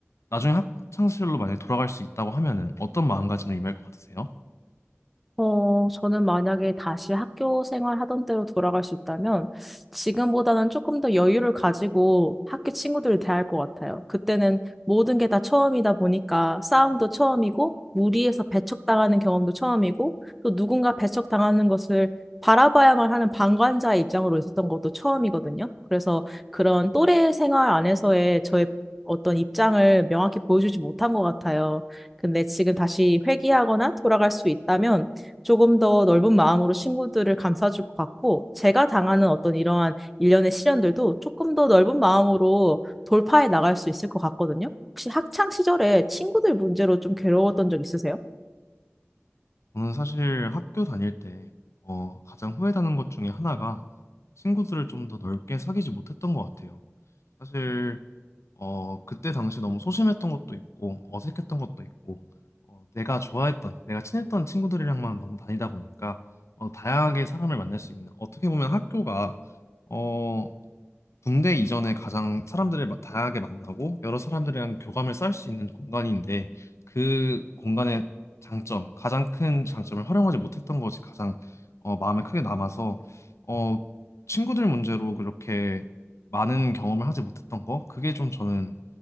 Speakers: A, on the left; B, in the centre.
A: 나중에 학창 시절로 만약에 돌아갈 수 있다고 하면은 어떤 마음가짐을 임할 것 같으세요?
B: 어, 저는 만약에 다시 학교 생활 하던 때로 돌아갈 수 있다면 지금보다는 조금 더 여유를 가지고 학교 친구들을 대할 것 같아요. 그때는 모든 게 다 처음이다 보니까 싸움도 처음이고 무리해서 배척당하는 경험도 처음이고 또 누군가 배척당하는 것을 바라봐야만 하는 방관자의 입장으로 있었던 것도 처음이거든요. 그래서 그런 또래 생활 안에서의 저의 어떤 입장을 명확히 보여주지 못한 것 같아요. 근데 지금 다시 회귀하거나 돌아갈 수 있다면 조금 더 넓은 마음으로 친구들을 감싸줄 것 같고, 제가 당하는 어떤 이러한 일련의 시련들도 조금 더 넓은 마음으로 돌파해 나갈 수 있을 것 같거든요. 혹시 학창 시절에 친구들 문제로 좀 괴로웠던 적 있으세요?
A: 저는 사실 학교 다닐 때 어, 가장 후회되는 것 중에 하나가 친구들을 좀 더 넓게 사귀지 못했던 것 같아요. 사실 어, 그때 당시 너무 소심했던 것도 있고 어색했던 것도 있고 어, 내가 좋아했던 내가 친했던 친구들이랑만 너무 다니다 보니까 어, 다양하게 사람을 만날 수 있는 어떻게 보면 학교가 어, 군대 이전에 가장 사람들을 마- 다양하게 만나고 여러 사람들이랑 교감을 쌓을 수 있는 공간인데 그 공간의 장점, 가장 큰 장점을 활용하지 못했던 것이 가장 어, 마음에 크게 남아서 어, 친구들 문제로 그렇게 많은 경험을 하지 못했던 거 그게 좀 저는